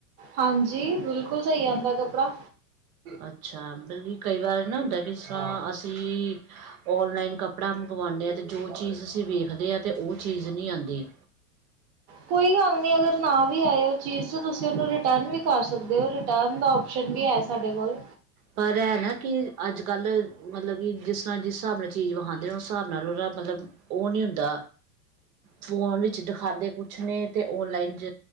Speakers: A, on the right (about 35°); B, on the right (about 65°).
A: ਹਾਂਜੀ, ਬਿਲਕੁਲ ਸਹੀ ਆਂਦਾ ਕੱਪੜਾ।
B: ਅੱਛਾ, ਬਲਕਿ ਕਈ ਵਾਰ ਏ ਨਾ ਹੁੰਦਾ, ਇਸ ਤਰ੍ਹਾਂ, ਅਸੀਂ ਔਨਲਾਈਨ ਕੱਪੜਾ ਮੰਗਵਾਂਨੇ ਆ, ਤੇ ਓ ਜੋ ਚੀਜ਼ ਅਸੀਂ ਵੇਖਦੇ ਆ, ਤੇ ਉਹ ਚੀਜ਼ ਨੀ ਆਂਦੀ।
A: ਕੋਈ ਗੱਲ ਨੀ ਅਗਰ ਨਾ ਵੀ ਆਏ ਉਹ ਚੀਜ਼, ਤਾਂ ਤੁਸੀਂ ਉਹਨੂੰ ਰਿਟਰਨ ਵੀ ਕਰ ਸਕਦੇ ਓ, ਰਿ ਰਿਟਰਨ ਦਾ ਓਪਸ਼ਨ ਵੀ ਹੈ, ਸਾਡੇ ਕੋਲ।
B: ਪਰ ਐ ਨਾ ਕਿ ਅੱਜ-ਕੱਲ, ਮਤਲਬ ਕਿ ਜਿਸ ਤਰ੍ਹਾਂ, ਜਿਸ ਹਿਸਾਬ ਨਾਲ ਚੀਜ਼ ਵਿਖਾਂਂਦੇ ਨੇ, ਉਸ ਹਿਸਾਬ ਨਾਲ ਉਹਦਾ ਮਤਲਬ ਉਹ ਨੀ ਹੁੰਦਾ। ਫੋਨ ਵਿੱਚ ਦਿਖਾਂਦੇ ਕੁਛ ਨੇ, ਤੇ ਔਨਲਾਈਨ'ਚ